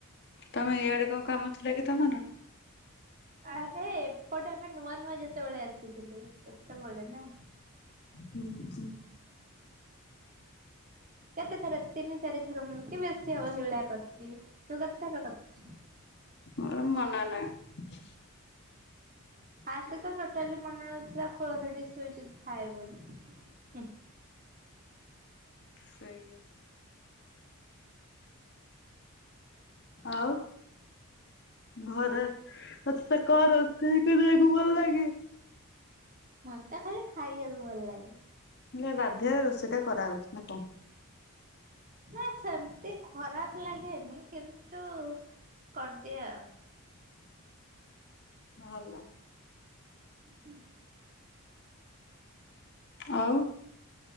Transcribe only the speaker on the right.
ଆରେ ଏପଟେ ଆମେ ନୂଆ ନୂଆ ଯେତେବେଳେ ଆସିଥିଲୁ ସେତେବେଳେ ନା।
କେତେ ଥର ତିନି ଚାରି ଥର ଥର ମୁଁ କି ବେଶୀ ହବ ସେଇଳିଆ କରଛି ତୁ କେତେ ଥର କରଛୁ?
ଆ ତ ଟୋଟାଲି ମନେ ନଥିଲା ଖଡି ଶୋଇଛି ଥାଏ ବୋଲି
ମତେ ଖାଲି ଖାଇବାକୁ ଭଲ ଲାଗେ।
ନା ସେମିତି ଖରାପ ଲାଗେନି କିନ୍ତୁ କରିଦିଏ ଆଉ।
ବ